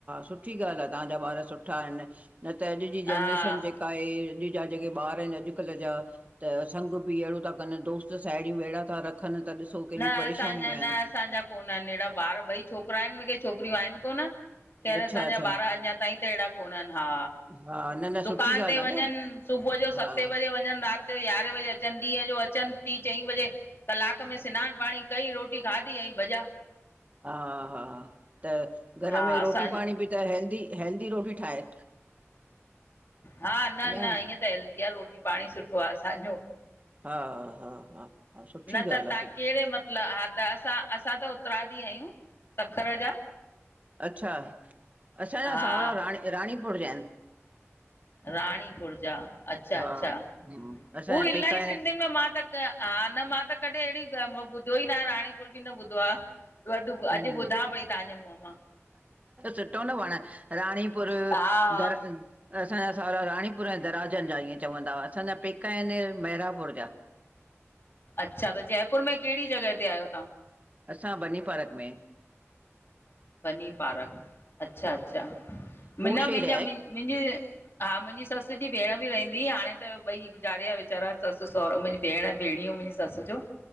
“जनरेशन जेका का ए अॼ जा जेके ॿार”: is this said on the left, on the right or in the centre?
Right